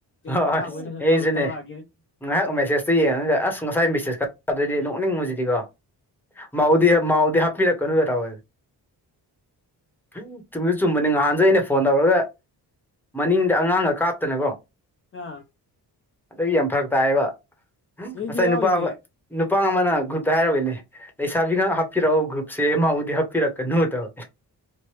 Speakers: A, in the centre; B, on the left (about 30°).
A: ꯍꯣꯏ
B: ꯄꯣꯊꯥꯕ
A: ꯍꯣꯏ
B: ꯑꯣꯏꯅ ꯁꯨꯝ
A: ꯑꯩꯁꯨꯅꯦ
B: ꯇꯧꯔꯛꯑꯒꯦ
A: ꯉꯥꯏꯍꯥꯛ ꯃꯦꯁꯦꯖꯇ ꯌꯦꯡꯉꯒ ꯑꯁ ꯉꯁꯥꯏ ꯃꯦꯁꯦꯖ ꯈꯗꯗꯤ ꯅꯣꯛꯅꯤꯡꯉꯨꯁꯤꯗꯤꯀꯣ ꯃꯥꯎꯗꯤ ꯃꯥꯎꯗ ꯍꯥꯞꯄꯤꯔꯛꯀꯅꯨ ꯀꯥꯢꯅ ꯇꯧꯕ ꯎ ꯆꯨꯝꯁꯨ ꯆꯨꯝꯕꯅꯤ ꯉꯍꯥꯟꯁꯦ ꯑꯩꯅ ꯐꯣꯟ ꯇꯧꯔꯒ ꯃꯅꯤꯡꯗ ꯑꯉꯥꯡꯒ ꯀꯥꯞꯇꯅꯀꯣ
B: ꯑꯥ
A: ꯑꯗꯨꯒꯤ ꯌꯥꯝ ꯐꯔꯛ ꯇꯥꯏꯌꯦꯕ
B: ꯑꯩꯁꯨ
A: ꯉꯁꯥꯏ
B: ꯌꯥꯎꯔꯤꯅꯦ
A: ꯅꯨꯄꯥ ꯑꯃ ꯅꯨꯄꯥ ꯑꯃ ꯒ꯭ꯔꯨꯞꯇ ꯍꯥꯏꯔꯕꯣꯏꯅꯦ ꯂꯩꯁꯥꯕꯤꯒ ꯍꯥꯞꯄꯤꯔꯛꯑꯣ ꯒ꯭ꯔꯨꯞꯁꯦ ꯃꯥꯕꯨꯗꯤ ꯍꯥꯞꯄꯤꯔꯛꯀꯅꯨ ꯇꯧ